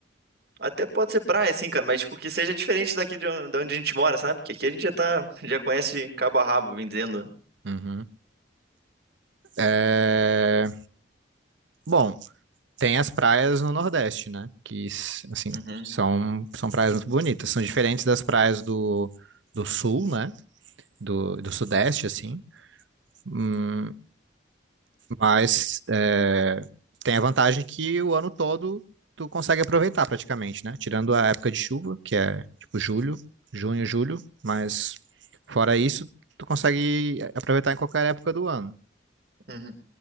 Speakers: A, on the right; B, on the right.
A: até pode ser praia, sim, cara, mas tipo, que seja diferente daqui de on- de onde a gente mora, sabe? Que aqui a gente já tá, já conhece de cabo a rabo, bem dizendo.
B: Uhum. É... Bom, tem as praias no Nordeste, né? Que, s- assim,
A: Uhum,
B: são, são praias muito bonitas. São diferentes das praias do, do Sul, né? Do, do Sudeste, assim. Hum, Mas é, tem a vantagem que o ano todo tu consegue aproveitar praticamente, né? Tirando a época de chuva, que é tipo julho, junho, julho, mas fora isso, tu consegue aproveitar em qualquer época do ano,
A: uhum.